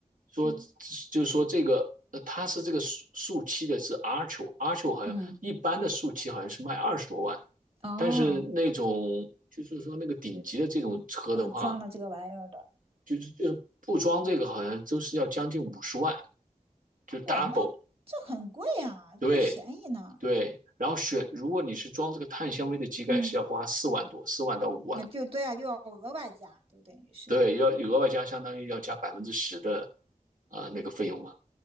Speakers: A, on the right (about 75°); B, on the right (about 45°).
A: 说
B: 嗯。
A: 就是说这个，呃，它是这个树树漆的是 Archo，Archo 好像一般的树漆好像是卖二十多万，
B: 嗯，哦，
A: 但是那种就是说那个顶级的这种车的话，
B: 啊，装了这个玩意儿的，
A: 就是就是不装这个好像都是要将近五十万，就 double。
B: 哇，那这很贵啊，
A: 对
B: 不便宜呢。
A: 对，然后选如果你是装这个碳纤维的机盖是要花四万多，
B: 嗯，
A: 四万到五万，
B: 那就对啊，就要额外加，就等于是，
A: 对，要额外加相当于要加百分之十的啊、呃那个费用嘛。